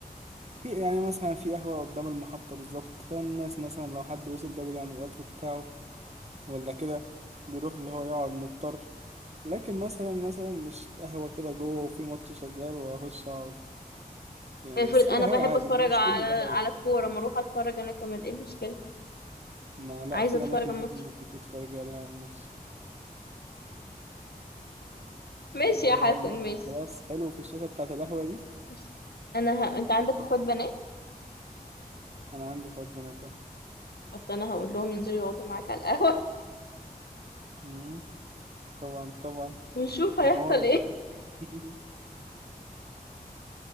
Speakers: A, on the right; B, on the left.
A: في يعني مثلا في قهوه قدام المحطه بالظبط فالناس مثلا لو حد وصل بدري عن القطر بتاعه ولا كده بيروح اللي هو يقعد مضطر لكن مثلا مثلا مش قهوه كده جوه وفي ماتش شغال واخش اقعد يعني
B: افرض
A: بس في
B: انا
A: قهاوي
B: بحب
A: عادي
B: اتفرج
A: يعني مش
B: على
A: كل القهاوي
B: على الكورة ما اروح اتفرج انا كمان ايه مشكلة
A: ما لا
B: عايزة
A: في
B: اتفرج
A: اماكن
B: على الماتش
A: كتير ممكن تتفرج عليها على الماتش
B: ماشي
A: يعني
B: يا حسن
A: هو الماتش
B: ماشي
A: خلاص حلو في الشاشه بتاعت القهوه دي
B: ماشي انا ه... انت عندك اخوات بنات
A: انا عندي اخوات بنات اه
B: بس انا هقول لهم ينزلوا يقعدوا معاك على القهوة
A: مم، طبعا طبعا
B: <laughs> ونشوف هيحصل
A: ينوروا
B: ايه
A: <laughs>